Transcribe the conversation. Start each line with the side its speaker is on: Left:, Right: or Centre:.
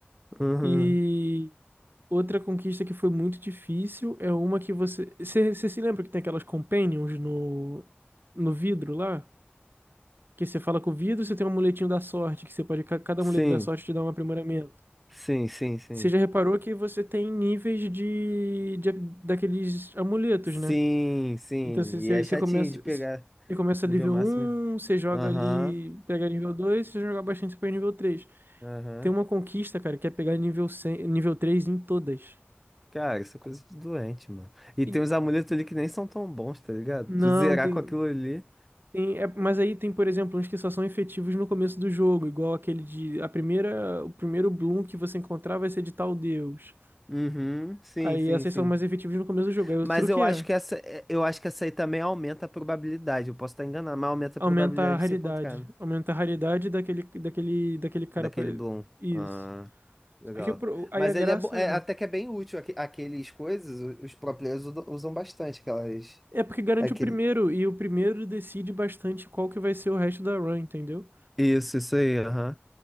Centre: Uhum.
Right: E outra conquista que foi muito difícil é uma que você. Você se lembra que tem aquelas companions no, no vidro lá? Que você fala com o vidro, você tem um amuletinho da sorte, que você pode. ca- Cada amuleto
Centre: Sim,
Right: da sorte te dá um aprimoramento.
Centre: sim, sim, sim.
Right: Você já reparou que você tem níveis de, de daqueles amuletos,
Centre: Sim,
Right: né?
Centre: sim.
Right: Então você,
Centre: E
Right: você
Centre: é chatinho
Right: você começa.
Centre: de pegar
Right: Você começa
Centre: nível
Right: nível
Centre: máximo.
Right: um você joga
Centre: Aham,
Right: ali, pega nível dois você joga bastante, você pega nível três
Centre: aham.
Right: Tem uma conquista, cara, que é pegar nível 100, nível 3 em todas.
Centre: Cara, isso é coisa de doente, mano. E
Right: E
Centre: tem uns amuletos ali que nem são tão bons, tá ligado?
Right: não,
Centre: Tu zerar
Right: tem,
Centre: com aquilo ali.
Right: tem é- mas aí tem, por exemplo, uns que só são efetivos no começo do jogo, igual aquele de a primeira, o primeiro Bloom que você encontrar vai ser de tal deus.
Centre: Uhum, sim,
Right: Aí
Centre: sim,
Right: essas
Centre: sim.
Right: são mais efetivas no começo do jogo. Aí o
Centre: Mas
Right: truque
Centre: eu
Right: é
Centre: acho que essa, é, eu acho que essa aí também aumenta a probabilidade. Eu posso estar enganado, mas aumenta
Right: aumentar
Centre: a probabilidade
Right: a raridade,
Centre: de se encontrar, né?
Right: aumentar a raridade daquele daquele daquele cara
Centre: Daquele
Right: pra...
Centre: Bloom.
Right: isso.
Centre: Ah, legal.
Right: Só que o pro- aí
Centre: Mas
Right: a graça
Centre: ele é, bo- é
Right: era
Centre: até que é bem útil. aque- Aqueles coisas, o- os pro players usam usam bastante aquelas.
Right: É porque garante
Centre: Aquele.
Right: o primeiro, e o primeiro decide bastante qual que vai ser o resto da run, entendeu?
Centre: Isso, isso aí, aham.